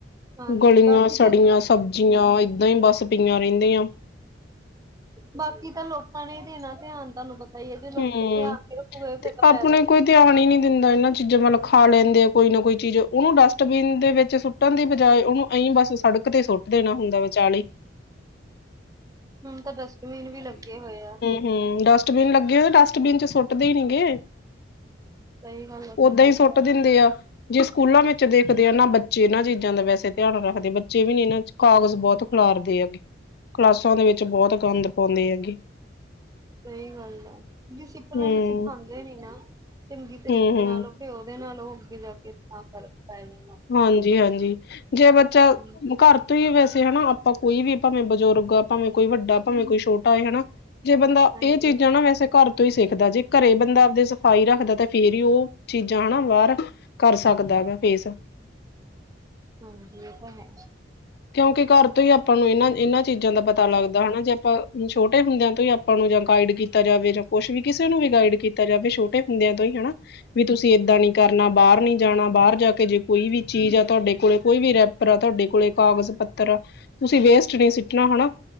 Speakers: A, on the right (about 20°); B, on the left (about 55°).
A: ਹਾਂਜੀ
B: ਗਲੀਆਂ
A: ਬਾਕੀ
B: ਸੜੀਆਂ
A: ਤਾਂ
B: ਸਬਜ਼ੀਆਂ ਇਦਾਂ ਈ ਬਾੱਸ ਪਈਆਂ ਰੈਂਦਿਆ।
A: ਬਾਕੀ ਤਾਂ ਲੋਕਾਂ ਨੇ ਦੇਨਾ ਤਯਾਨ ਤਾਨੂੰ ਪ <inaudible>
B: ਹਮ ਤੇ ਅਪਣੇ
A: ਫਾਇਦਾ ਹੀ
B: ਕੋਈ ਤੇਆਣ ਈ ਨੀ ਦਿੰਦਾ ਇਨਾ ਚੀਜਾ ਵੱਲ ਖਾ ਲੈਂਦੇ ਆ ਕੋਈ ਨਾ ਕੋਈ ਚੀਜ। ਉਨੂੰ ਡਸਟਬਿਨ ਦੇ ਵਿੱਚ ਸੁੱਟਨ ਦੀ ਬਜਾਏ ਉਨੂੰ ਅਈ ਬਾੱਸ ਸੜਕ ਤੇ ਸੋਟ ਦੇਨਾ ਹੋਂਦਾ ਵਿਚਾਲਈ।
A: ਹੁਨ ਤਾ ਡਸਟਬੀਨ ਵੀ ਲੱਗੇ ਹੋਏ ਆ।
B: ਹੂੰ, ਡਸਟਬੀਨ ਲੱਗੇ ਹੋਏ ਡਸਟਬੀਨ ਚ ਸੋਟਦੇ ਨੀ ਗੇ।
A: ਸਹੀ ਗੱਲ ਆ ਤੁਹਾਡੀ।
B: ਓਦਾਂ ਈ ਸੋਟ ਦਿਂਦੇ ਆ, ਜੇ ਸਕੂਲਾ ਵੇ ਚ ਦੇਖਦੇ ਆ ਨਾ ਬੱਚੇ ਇਨਾ ਚੀਜਾ ਦਾ ਵੈਸੇ ਤਯਾਨ ਰੱਖਦੇ ਬੱਚੇ ਵੀ ਨੀ ਇਨਾ ਕਾਗਜ਼ ਬੋਤ ਖਲਾਰਦੇ ਐਗੇ, ਕਲਾਸਾਂ ਦੇ ਵੇਚ ਬੋਤ ਗਾਂਦ ਪਾਓਂਦੇ ਐਗੇ।
A: ਸਈ ਗਾੱਲ ਆ, ਨਿ ਸਿਪਲਨ
B: ਹਮ
A: ਨੂੰ ਸਿਖਾਂਦੇ ਨੀ ਨਾ। ਚੰਗੀ ਤਰੀਕੇ
B: ਹਮ ਹਮ
A: ਨਾਲ ਫੇ ਓਦੇ ਨਾਲ ਓ ਅੱਗੇ ਜਾਕੇ ਤਾ ਫਰਕ ਪੈ ਜਾਨਾ।
B: ਹਾਂਜੀ-ਹਾਂਜੀ, ਜੇ ਬੱਚਾ
A: ਹਮ
B: ਘਾੱਰ ਪ੍ਰੀ ਵੈਸੇ ਹਨਾ ਆਪਾ ਕੋਈ ਵੀ ਪਾਵੇ ਬਜੋਰਗ ਆ ਪਾਵੇ ਕੋਈ ਵੱਡਾ ਪਾਵੇ ਕੋਈ ਛੋਟਾ ਏ ਹਣਾ ਜੇ ਬਂਦਾ
A: ਹਾਂਜੀ
B: ਇਹ ਚੀਜਾ ਨਾ ਵੈਸੇ ਘਾੱਰ ਤੋ ਈ ਸੇਖਦਾ ਜੇ ਘੱਰੇ ਬਂਦਾ ਆਪਦੇ ਸਫਾਈ ਰੱਖਦਾ ਤੇ ਫੇਰ ਈ ਓ, ਚੀਜਾ ਹਨਾ ਬਾਰ ਕਾਰ ਸਕਦਾ ਵਾ ਫੇਸ।
A: ਹਾਂਜੀ ਏ ਤਾ ਹੈ।
B: ਕਯੋਕਿ ਘਾੱਰ ਤੋਂ ਈ ਆਪਾਂ ਨੂੰ ਏਨਾ-ਏਨਾ ਚੀਜਾ ਦਾ ਪਤਾ
A: ਸਹੀ
B: ਲੱਗਦਾ ਹਨਾ ਜੇ ਆਪਾ ਛੋਟੇ ਹੋਂਦੇਆਂ ਤੋ ਈ ਆਪਾ ਨੂੰ ਜਾ ਗਾਈਡ ਕੀਤਾ ਜਾਵੇ ਜਾ ਕੋਛ ਵੀ ਕਿਸੇ ਨੂੰ ਵੀ ਗਾਈਡ ਕੀਤਾ ਜਾਵੇ ਛੋਟੇ ਹੋਂਦੇਆਂ ਤੋ ਈ ਹਣਾ ਵੀ ਤੁਸੀ ਏਦਾ ਨੀ ਕਰਨਾ ਬਾਰ ਨੀ ਜਾਣਾ। ਬਾਰ ਜਾ ਕੇ ਜੇ ਕੋਈ ਵੀ ਚੀਜ ਆ ਤੁਆਡੇ ਕੋਲ ਕੋਈ ਵੀ ਰੈਪਰ ਆ ਤੁਆਡੇ ਕੋਲੇ ਕਾਗਜ਼ ਪੱਤਰ ਤੁਸੀ ਵੇਸਟ ਨੀ ਸਿਟਣਾ ਹਣਾ।